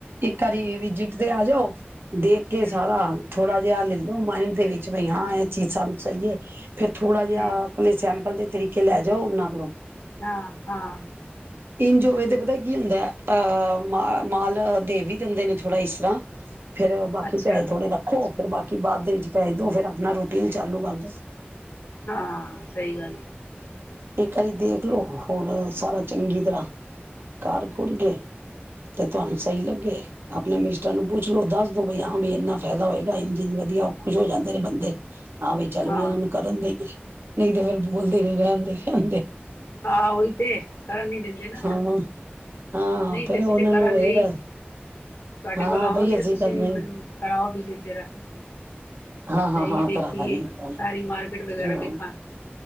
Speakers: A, on the right; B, on the left.
A: ਇਕ ਆਰੀ ਜਿੱਤਦੇ ਆ ਜਾਓ। ਦੇਖ ਕੇ
B: ਹਮ
A: ਸਾਰਾ ਥੋੜਾ ਜਿਹਾ ਲੈਲੋ ਮਾਇੰਡ ਦੇ ਵਿੱਚ, ਬਈ ਹਾਂ ਇਹ ਚੀਜ਼ ਸਾਨੂੰ ਸਹੀ ਹੈ। ਫੇਰ ਥੋੜਾ ਜਿਹਾ
B: ਹਮ
A: ਆਪਣੇ ਸੈਂਪਲ ਦੇ ਤਰੀਕੇ ਖਲਾ, ਜਾਓ ਉਨਾਂ ਕੋਲੋਂ,
B: ਹਾਂ-ਹਾਂ,
A: ਇੰਝੋਵੇਂ ਤੇ ਪਤਾ ਕੀ ਹੁੰਦਾ ਹੈ। ਅ ਮ ਮਾਲ ਦੇਵ ਵੀ ਦਿੰਦੇ ਨੇ ਥੋੜ੍ਹਾ ਇਸ ਤਰ੍ਹਾਂ ਫੇਰ ਬਾਕੀ
B: ਅੱਛਾ
A: ਪੈਸੇ ਥੋੜੇ ਰੱਖੋ। ਫਿਰ ਬਾਕੀ ਬਾਅਦ ਦੇ ਵਿੱਚ ਪੈਜ ਦੋ ਫਿਰ ਆਪਣਾ ਰੋਟੀ ਵੀ ਚਾਲੂ ਕਰ ਦਿਉ।
B: ਹਾਂ ਸਹੀ ਗੱਲ ਐ,
A: ਇੱਕ ਵਾਰੀ ਦੇਖਲੋ ਹੋਰ ਸਾਰਾ ਚੰਗੀ ਤਰ੍ਹਾਂ ਕਾਰ
B: ਹਮ
A: ਕੁਰ ਗੇ। ਤੇ ਤੁਹਾਨੂੰ ਸਹੀ ਲੱਗੇ। ਆਪਣੇ ਮਿਸਟਰ ਨੂੰ ਪੁੱਛ ਲੋੋ ਦੱਸ ਦੋ ਬਈ ਹਾਂ ਬ ਇੰਨਾ ਫਾਇਦਾ ਹੋਏਗਾ ਆ ਵਧੀਆ ਉਹ ਖੁਸ਼ ਹੋ ਜਾਂਦੇ ਨੇ ਬੰਦੇ, ਹਾਂ ਵੀ ਚੱਲ
B: ਹਾਂ
A: ਵੀ ਇਹਨਾਂ ਨੂੰ ਕਰਨ ਦੇਈਏ ਨਹੀਂ ਤੇ ਫੇਰ ਬੋਲਦੇ ਨੇ ਰਹਿਣ ਦੇ ਕਹਿੰਦੇ,
B: ਆਹੋ ਉਹੀ ਤੇ ਕਰਨ ਨੀ ਦਿੰਦੇ ਨਾ
A: ਹਾਂ ਹਾਂ
B: ਨਹੀਂ
A: ਫਿਰ
B: ਤੇ ਅਸੀਂ
A: ਉਹਨਾਂ
B: ਤੇ ਕਰਾਂਗੇ
A: ਨੂੰ ਇਹ
B: ਹੀ
A: ਗੱਲ,
B: ਤੁਹਾਡੇ
A: ਹਾਂ
B: ਕੋਲ ਆਵਾਂਗੀ
A: ਬਈ
B: ਤੇ
A: ਅਸੀਂ
B: ਤੁਸੀਂ
A: ਕਰਨਾ ਹੀ
B: ਮੈਨੁੰ ਕਰਾਓ, ਜੀ ਜਰਾ ਕੇ,
A: ਹਾਂ ਹਾਂ
B: ਜਾਈਏ
A: ਹਾਂ ਕਰਾ
B: ਦੇਖੀਏ
A: ਦਾਂਗੇ ਮੈਂ
B: ਸਾਰੀ ਮਾਰਕਿਟ
A: ਤੁਹਾਨੂੰ
B: ਵਗੈਰਾ ਵੇਖਾਂ,